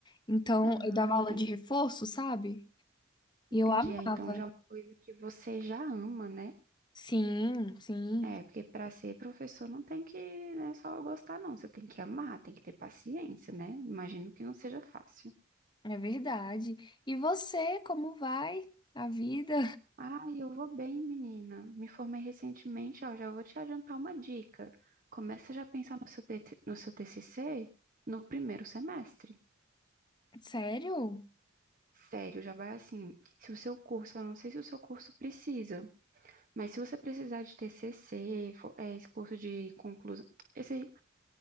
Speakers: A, on the left; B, on the right.
A: Então,
B: Ah,
A: eu dava
B: entendi.
A: aula de reforço, sabe? E
B: Entendi.
A: eu amava.
B: É, Então já é uma coisa que você já ama, né?
A: Sim, sim,
B: É, porque para ser professor não tem que, né, só gostar, não. Você tem que amar, tem que ter paciência, né? Imagino que não seja fácil.
A: é verdade. E você, como vai a vida?
B: Ai, eu vou bem, menina. Me formei recentemente, ó, já vou te adiantar uma dica. Começa já a pensar no seu, TT no seu TCC no primeiro semestre.
A: Sério?
B: Sério, já vai assim. Se o seu curso, eu não sei se o seu curso precisa, mas se você precisar de TCC, fo- é, esse curso de conclusão, esse